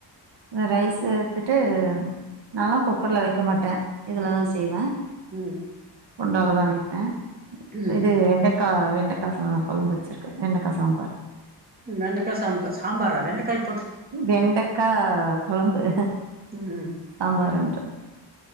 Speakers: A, on the right (about 70°); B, on the right (about 20°).
A: ரைஸ் எடுத்துட்டு நாளா குக்கர்ல வக்க மாட்டே இதுலதா
B: ம்
A: செய்வே
B: ம்
A: குண்டால தா வைப்பே
B: ம்
A: இது வெண்டக் கா வெண்டக்காசா கொழம்பு வச்சிருகே வெண்டக்கா சாம்பார்
B: வெண்டக்கா சாம்பார் சாம்பாரா வெண்டக்காய்
A: வெண்டக்கா கொழம்பு
B: ம்
A: சாம்பாருன்றே